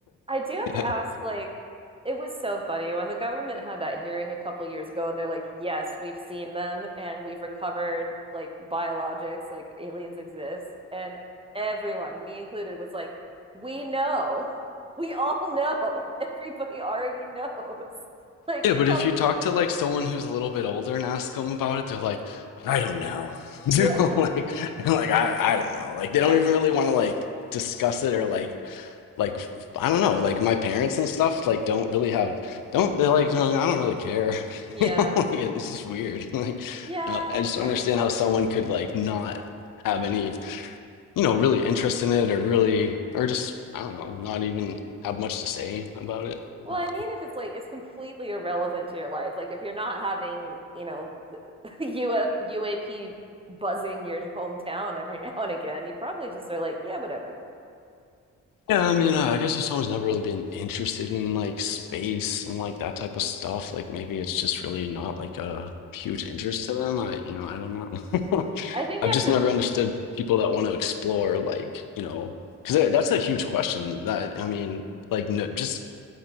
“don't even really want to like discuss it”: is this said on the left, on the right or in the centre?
Left